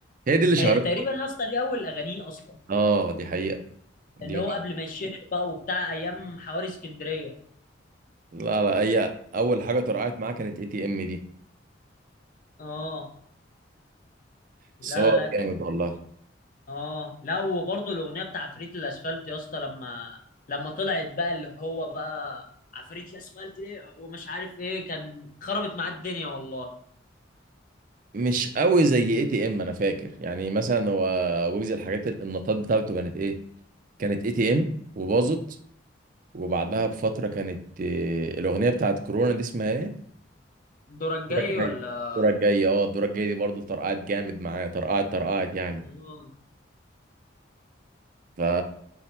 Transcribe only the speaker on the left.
هي تقريبا النص دي أول أغانيه أصلا
اللي
هو قبل ما يشهر بقى وبتاع أيام حواري اسكندرية
اه لا
لا كان
اه لا وبرضه الاغنيه بتاع عفريت الاسفلت يا اسطى لما لما طلعت بقى اللي هو بقى عفريت الاسفلت ليه ومش عارف ايه كان خربت معاه الدنيا والله
دورك جاي
ولا
اه